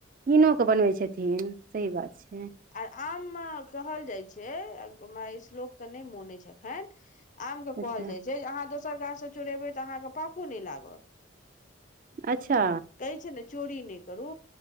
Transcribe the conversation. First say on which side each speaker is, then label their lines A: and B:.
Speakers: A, on the right; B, on the left.
A: कीनोकेऽ बनबै छथिन सही बात छै
B: आर आममे कहल जाइत छै हमरा श्लोक तऽ नहि मोन अईछ एखन आमके कहल
A: अच्छा
B: जाइत छै जे अहाँ दोसर गाछसँ चोड़ेबै तऽ अहाँके पापो नहि लागत
A: अच्छा
B: कहै छै ने चोरी नहि करू